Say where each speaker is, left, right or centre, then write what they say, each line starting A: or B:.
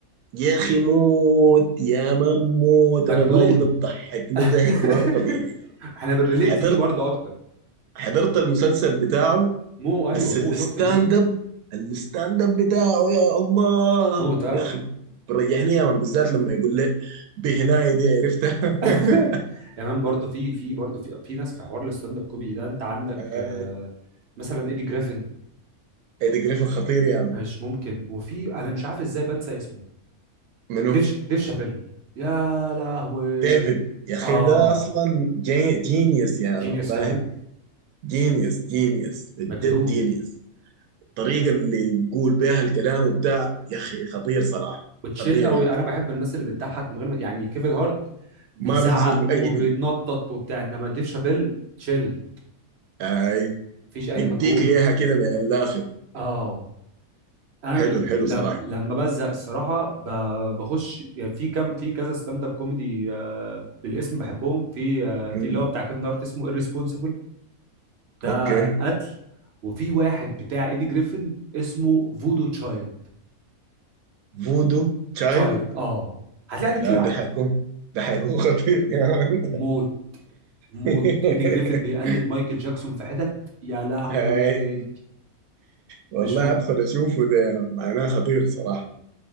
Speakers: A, on the right (about 80°); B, on the right (about 55°).
A: يا اخي موت يا ما موت
B: مجنون
A: انا الراجل ده بضحكني
B: <laughs>
A: ضحك ما طبيعي يا.
B: احنا بنريليت
A: حضرت
B: ليه برضه اكتر
A: حضرت المسلسل بتاعه
B: مو
A: بس
B: ايوه مو
A: الستاند
B: شفت مو
A: اب الستاند اب بتاعه يا الله
B: مو ده
A: يا اخي بريحني يا من بالذات لما يقول لي بهناي دي عرفتها
B: <laughs>
A: <laughs>
B: يعني برضه في في برضه في في ناس في حوار الستاند اب كوميدي ده انت عندك
A: آه،
B: آه، مثلا ايدي جريفن
A: ايدي جريفن خطير يا من
B: مش ممكن وفي انا مش عارف ازاي بنسى اسمه
A: منو
B: ديف ديف شابيل يا لهوي
A: ديفيد يا اخي
B: اه
A: ده اصلا جي... جينيوس يا
B: جينيوس
A: مان فاهم
B: فعلا
A: جينيوس جينيوس بجد
B: مجنون
A: جينيوس الطريقه اللي بيقول بيها الكلام وبتاع يا اخي خطير صراحه
B: وتشيل
A: خطير
B: قوي
A: يا مان
B: انا بحب الناس اللي بتضحك من غير ما يعني كيفن هارت بيزعق
A: ما بيتزل
B: وبيتنطط
A: اي من
B: وبتاع انما ديف شابيل تشيل
A: اي
B: مفيش اي
A: بديك
B: مجهود
A: ليها كده من الاخر
B: اه انا
A: حلو
B: ل-
A: حلو
B: لم-
A: صراحه
B: لما بزهق الصراحه ب- بخش يعني في كم في كذا ستاند اب كوميدي آه، بالاسم بحبهم في آه،
A: امم
B: في اللي هو بتاع كيفن هارت اسمه irresponsible ده
A: اوكي
B: قتل وفي واحد بتاع ايدي جريفن اسمه فودو تشايلد
A: فودو تشايلد
B: تشايلد اه هتلاقيه على اليوتيوب
A: لا
B: عادي
A: ده حيكون ده حيكون <laughs> خطير يا مان
B: موت موت
A: <laughs>
B: ايدي جريفن بيقلد مايكل جاكسون في حتت يا لهوي
A: هاي والله
B: مش ممكن
A: ادخل اشوفه ده معناه خطير صراحه